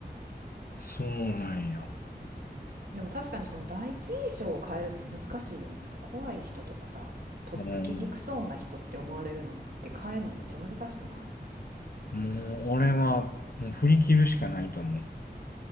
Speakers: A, on the left (about 60°); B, on the right (about 60°).
A: そうなんや。
B: うん、でも確かにその第一印象を変えるって難しいよな。怖い人とかさ、とっつきにくそうな人って思われるのって変えるのめっちゃ難しくな
A: うん。もう、俺は、もう振り切るしかないと思う。